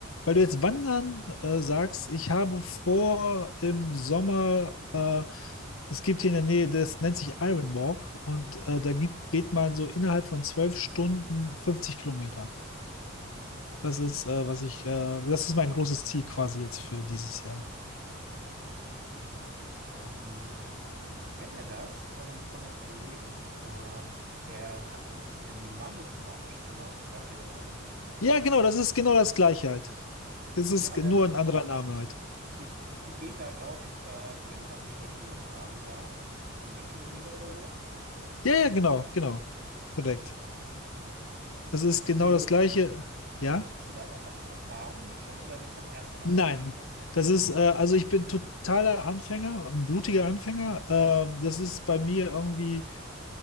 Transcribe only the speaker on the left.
weil du jetzt Wandern äh, sagst, ich habe vor, im Sommer äh, es gibt hier in der Nähe, das nennt sich Iron Walk und äh, da gibt, geht man so innerhalb von zwölf Stunden 50 Kilometer. Das ist, äh, was ich, äh, das ist mein großes Ziel quasi jetzt für dieses Jahr.
Ja, genau, das ist genau das gleiche halt. Das ist
ge-
nur ein anderer Name halt.
Ja, ja, genau, genau. Korrekt. Das ist
genau
das gleiche. Ja?
Nein.
Das ist, äh, also ich bin totaler Anfänger, ein blutiger Anfänger. Äh, das ist bei mir irgendwie.